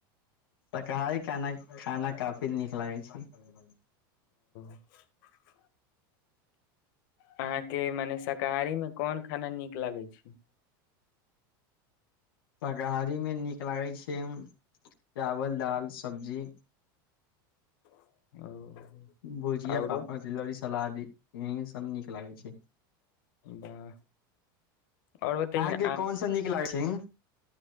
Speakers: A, on the left (about 85°); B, on the left (about 65°).
A: खाना खाना काफी नीक लागै छैय
B: <inaudible> अहाँके मने शाकाहारीमे कोन खाना नीक लगै छैय
A: शाकाहारीमे नीक लागै छैय चावल दाल सब्जी
B: ओ
A: भुजिया
B: औरो
A: पापड़ तिलौरी स सलाद यही सब नीक लागै छैय।
B: वाह आओर बतैयौ
A: अहाँके
B: ने
A: कौन सा नीक लागै छैय